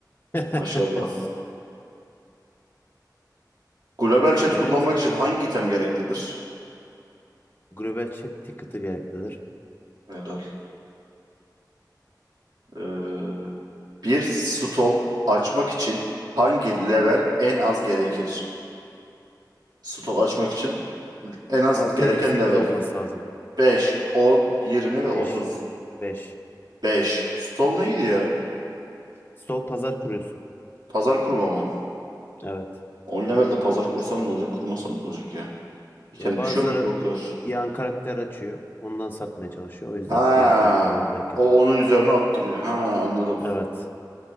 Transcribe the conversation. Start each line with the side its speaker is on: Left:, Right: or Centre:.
Left: <laughs>
Right: Maşallah. Global chat
Left: Evet.
Right: kullanmak için hangi item gereklidir?
Left: Global chat ticket'ı gereklidir.
Right: Helal. Ee, bir stol açmak için hangi level en az gerekir? Stol açmak için en az
Left: 6
Right: gereken
Left: ya da sekiz
Right: level.
Left: olması lazım.
Right: 5, 10, 20 ve
Left: 5.
Right: otuz.
Left: 5.
Right: Beş. Stol neydi ya?
Left: Sol pazar kuruyorsun.
Right: Pazar kurma mı?
Left: Evet.
Right: 10 levelde pazar kursan ne olacak? Kurmasan ne olacak ya? Diken
Left: Ya bazıları
Right: düşüyor mu ki o kadar?
Left: yan karakter açıyor. Ondan satmaya çalışıyor. O yüzden
Right: Ha,
Left: diğer karakter bottayken.
Right: o onun üzerine attırıyor. Ha, anladım.
Left: Evet.